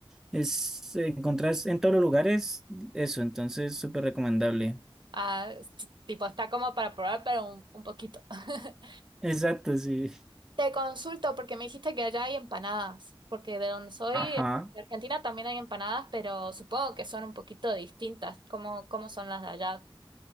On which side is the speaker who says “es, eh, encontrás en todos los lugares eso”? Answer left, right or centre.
Centre